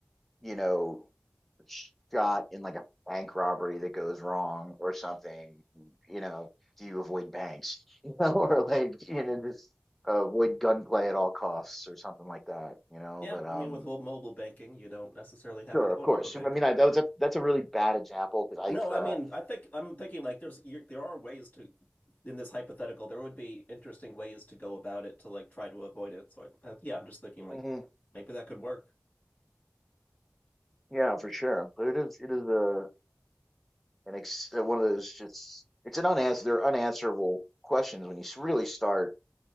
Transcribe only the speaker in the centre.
you know, shot in like a bank robbery that goes wrong or something, you know, do you avoid banks? <laughs> You know, or like, you know, just avoid gunplay at all costs or something like that, you know,
but um
Sure,
of course.
I mean, I, that was a, that's a really bad example because I've,
uh,
hmm
yeah, for sure. But it is it is a an ex uh, one of those just it's an unanswer they're unanswerable questions when you s- really start